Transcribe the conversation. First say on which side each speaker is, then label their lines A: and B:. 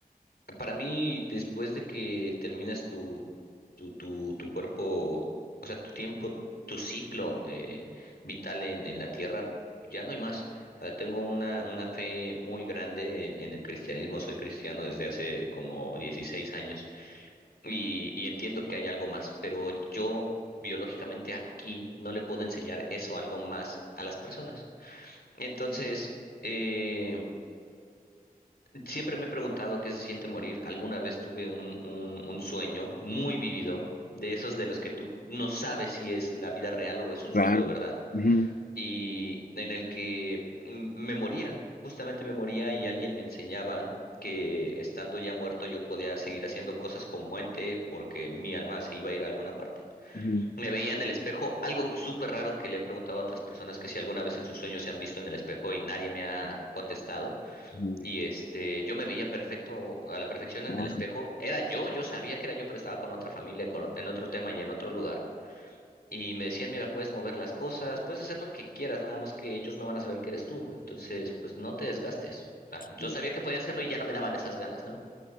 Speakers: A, on the left; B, on the left.
A: Para mí, después de que terminas tu, tu, tu, tu cuerpo, o sea, tu tiempo, tu ciclo eh, vital en, en la tierra, ya no hay más. O sea, tengo una, una fe muy grande en, en el cristianismo. Soy cristiano desde hace como 16 años y, y entiendo que hay algo más, pero yo biológicamente aquí no le puedo enseñar eso, algo más a las personas. Entonces, eh, Siempre me he preguntado qué se siente morir. Alguna vez tuve un, un, un sueño muy vívido, de esos de los que tú no sabes si es la vida real o es un
B: Claro.
A: sueño de verdad,
B: Ujú,
A: y en el que mm, me moría, justamente me moría y alguien me enseñaba que estando ya muerto yo podía seguir haciendo cosas como ente porque mi alma se iba a ir a alguna parte.
B: ujú,
A: Me veía en el espejo, algo súper raro que le he preguntado a otras personas que si alguna vez en sus sueños se han visto en el espejo y nadie me ha contestado
B: ujú.
A: y este, yo me veía perfecto a la perfección en
B: Ah,
A: el espejo. Era yo, yo sabía que era yo, pero estaba con otra familia, con, ot- en otro tema y en otro lugar. Y me decían, mira, puedes mover las cosas, puedes hacer lo que quieras, nada más que ellos no van a saber que eres tú. Entonces, pues no te desgastes. O sea, yo
B: ok.
A: sabía que podía hacerlo y ya no me daban esas ganas, ¿no?